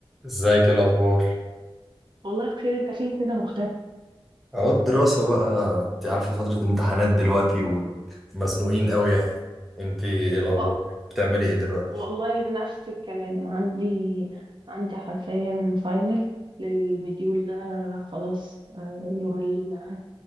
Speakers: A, in the centre; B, on the right.
A: ازيك إيه الاخبار
B: والله بخير انت فين كده مختفي
A: اهو الدراسة بقى انت عارفة فترة امتحانات دلوقتي ومزنوقين قوي يعني انت ايه الاخبار
B: اه
A: بتعملي ايه دلوقتي
B: والله نفس الكلام عندي عندي حرفيا فاينل للمديول ده خلاص آه، يوم ال-